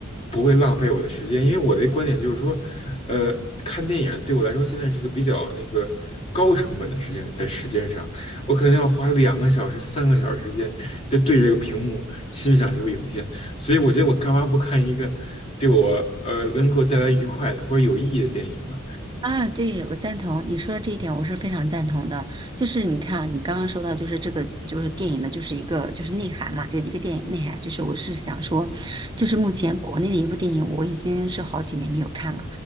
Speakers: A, on the left; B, on the right.
A: 不会浪费我的时间。因为我的观点就是说，呃，看电影对我来说现在是个比较那个高成本的时间，在时间上，我可能要花两个小时、三个小时时间就对着这个屏幕欣赏一部影片，所以我觉得我干嘛不看一个对我呃能给我带来愉快的或者有意义的电影呢？
B: 啊，对，我赞同你说的这一点，我是非常赞同的。就是你看啊，你刚刚说到，就是这个，就是电影的，就是一个就是内涵嘛，就一个电影内涵。就是我是想说，就是目前国内的一部电影，我已经是好几年没有看了。